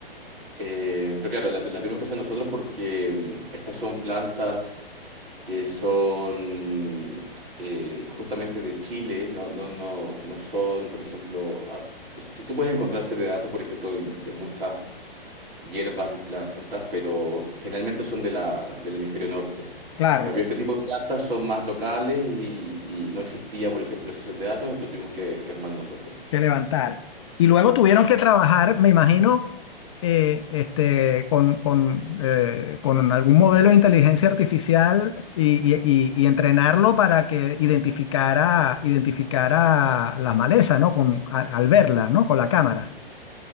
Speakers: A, on the right; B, on the left.
A: Eh, pero claro, la, la tuvimos que hacer nosotros porque mm, estas son plantas que son eh, justamente de Chile, no, no, no, no son, por ejemplo, a- pues, tú, tú puedes encontrarse de datos, por ejemplo, de, de muchas hierbas y plantas, pero generalmente son de la, del hemisferio norte.
B: claro,
A: En cambio, este tipo de plantas son más locales y, y no existía, por ejemplo, ese set de datos, lo tuvimos que, que armar nosotros.
B: que levantar. Y luego tuvieron que trabajar, me imagino, eh, este, con, con, eh, con algún modelo de inteligencia artificial y, y- y- y entrenarlo para que identificara, identificara las malezas, ¿no? Con, a- al verla, ¿no? Con la cámara.